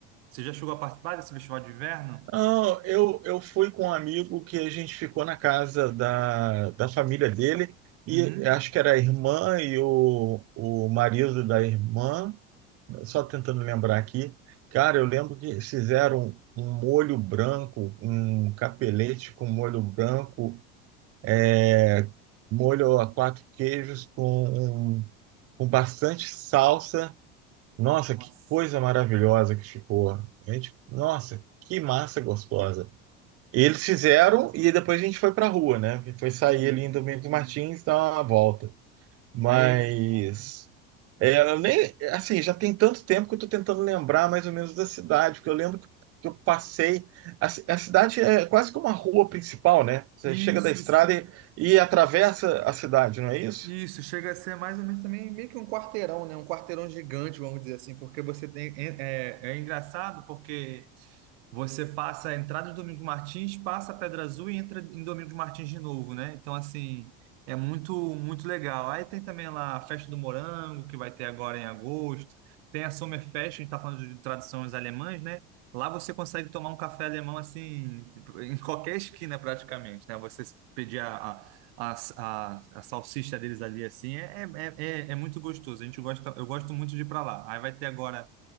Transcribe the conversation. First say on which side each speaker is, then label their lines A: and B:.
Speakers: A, on the right; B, on the right.
A: Você já chegou a participar desse festival de inverno?
B: Não, eu, eu fui com um amigo que a gente ficou na casa da, da família dele, e
A: Uhum.
B: acho que era a irmã e o, o marido da irmã, só tentando lembrar aqui. Cara, eu lembro que fizeram um molho branco, um capelete com molho branco, é, molho a quatro queijos com, um, com bastante salsa. Nossa,
A: Nossa,
B: que coisa maravilhosa que ficou. A gente, nossa, que massa gostosa. Eles fizeram e depois a gente foi pra rua, né? Foi
A: sim.
B: sair ali em Domingos Martins, dar uma volta. Mas
A: Aí é
B: é, eu nem assim, já tem tanto tempo que eu tô tentando lembrar mais ou menos da cidade, porque eu lembro que que eu passei. A, ci- a cidade é quase que uma rua principal, né? Você
A: isso,
B: chega da estrada
A: isso
B: e, e atravessa a cidade, não é isso?
A: Isso, chega a ser mais ou menos também meio que um quarteirão, né? Um quarteirão gigante, vamos dizer assim, porque você tem. É, é engraçado porque. Você passa a entrada do Domingos Martins, passa a Pedra Azul e entra em Domingos Martins de novo, né? Então, assim, é muito, muito legal. Aí tem também lá a Festa do Morango, que vai ter agora em agosto. Tem a Sommerfest, a gente tá falando de tradições alemãs, né? Lá você consegue tomar um café alemão, assim, em qualquer esquina praticamente, né? Você pedir a, a, a, a, a salsicha deles ali, assim, é, é, é, é muito gostoso. A gente gosta, eu gosto muito de ir pra lá. Aí vai ter agora.